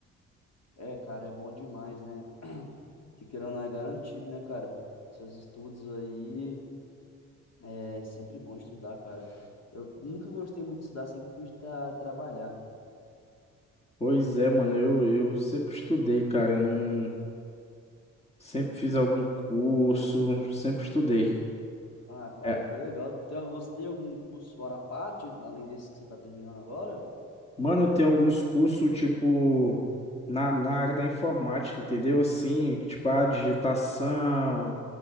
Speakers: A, on the left; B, on the left.
A: É, cara, é bom demais, né? <clears throat> Que querendo ou não é garantido, né, cara? Seus estudos aí. É sempre bom estudar, cara. Eu nunca gostei muito de estudar, sempre fui tra trabalhar.
B: Pois é, mano, eu, eu sempre estudei, cara. Não, sempre fiz algum curso, sempre estudei.
A: Ah, cara,
B: É
A: que legal. Tem, você tem algum curso fora a parte, além desse que você tá terminando agora?
B: Mano, eu tenho alguns cursos, tipo, na, na área da informática, entendeu? Assim, tipo, a digitação,